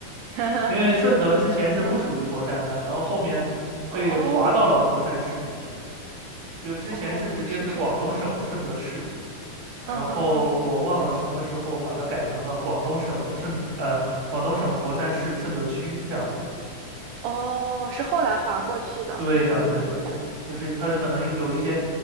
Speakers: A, on the right (about 80°); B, on the right (about 55°).
A: <laughs>
B: 因为顺德之前是不属于佛山的，
A: 嗯，
B: 然后后面被划到了佛山市里面，
A: 哦，
B: 就之前是直接是广东省顺德市，
A: 哦，是这样，
B: 然后我忘了什么时候把它改成了广东省顺呃广东省佛山市顺德区这样子。
A: 嗯嗯嗯，哦，是后来划过去的，
B: 对的，
A: 嗯，
B: 对的，
A: 明白，
B: 对的，就是它可能有一些